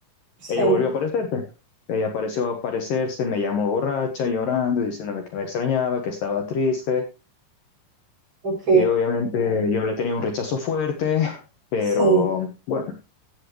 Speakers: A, on the right; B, on the left.
A: sí.
B: ella volvió a aparecerse. Ella apareció a aparecerse, me llamó borracha, llorando, diciéndome que me extrañaba, que estaba triste,
A: Ok,
B: Y obviamente yo le tenía un rechazo fuerte, pero
A: sí,
B: bueno,